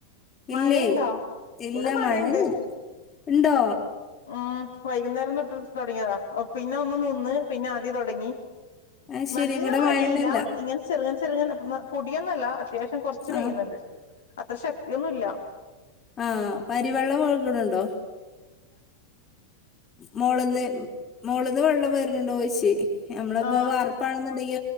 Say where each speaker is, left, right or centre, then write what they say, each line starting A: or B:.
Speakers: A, on the left; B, on the left.
A: മഴയുണ്ടോ
B: ഇല്ലേ ഇല്ലാ
A: ഇവിടെ മഴയുണ്ട്
B: മഴയും ഉണ്ടോ
A: ഉം വൈകുന്നേരം തൊട്ട് തൊ ടങ്ങിയതാ പിന്നെ ഒന്ന് നിന്ന് പിന്നെ ആദ്യ തൊടങ്ങി
B: അത് ശരി
A: നല്ല
B: ഇവിടെ
A: മഴയില്ല
B: മഴയൊന്നുല്ല
A: ഇങ്ങനെ ചെറുങ്ങനെ ചെ ചെറുങ്ങ പൊടിയൊന്നല്ല അത്യാവശ്യം കൊറച്ച്
B: ആ
A: പെയ്യുന്നുണ്ട് അത്ര ശക്തിയൊന്നുംല്ല
B: ആഹ് പരിവെള്ളം ഒഴ്കണ്‌ണ്ടൊ മോള്ന്ന് മോള്ന്ന് വെള്ളം വെര്ണ്‌ ണ്ടോയ്ച്ചേനി ഞമ്മളിപ്പം
A: ആഹ്
B: വാർ വാർപ്പാണെന്നുണ്ടെങ്കി